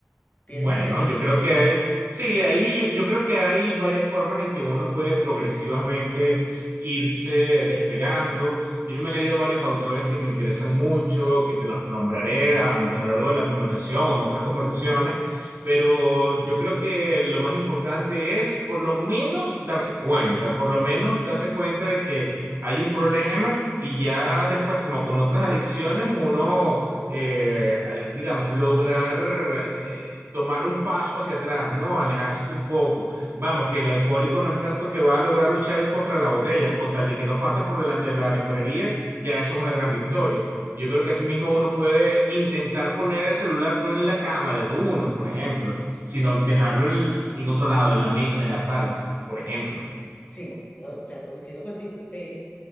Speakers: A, on the left; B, on the right.
A: ¿Tienes
B: Bueno,
A: idea?
B: yo creo que sí, ahí yo, yo creo que hay varias formas en que uno puede progresivamente irse despegando. Yo me he leído varios autores que me interesan mucho, que te los nombraré a, a lo largo de la conversación o en otras conversaciones, pero yo creo que lo más importante es por lo menos darse cuenta, por lo menos darse cuenta de que hay un problema y ya después, como con otras adicciones, uno eh, eh, digamos, lograr eh, tomar un paso hacia atrás, ¿no? Alejarse un poco. Vamos, que el alcohólico no es tanto que va a lograr luchar en contra de la botella, es con tal de que no pase por delante de la licorería, ya eso es una gran victoria. Y Yo creo que asimismo uno puede intentar poner el celular no en la cama de uno, por ejemplo, sino dejarlo en, en otro lado, en la mesa, en la sala, por ejemplo.
A: Sí, o sea, coincido contigo, pero